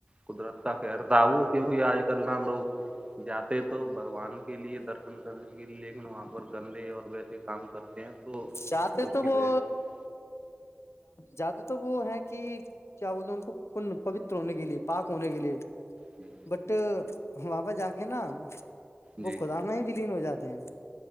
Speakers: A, on the right; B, on the left.
A: قدرت کا خر تھا وہو کیونکہ آج کل نا لوگ جاتے تو بھگوان کے لیے درشن کرنے کے لیے لیکن وہاں پر گندے اور ویسے کام کرتے ہیں تو
B: جد
A: اس
B: تو
A: کی
B: وہ
A: وجہ سے
B: جد تو وہ ہے کہ کیا بولتے ان کو پ پوتر ہونے کے لیے پاک ہونے کے لیے
A: جی
B: بٹ ہماپس جا کے نا وہ
A: جی
B: خدا میں ہی ولیین ہو جاتے ہیں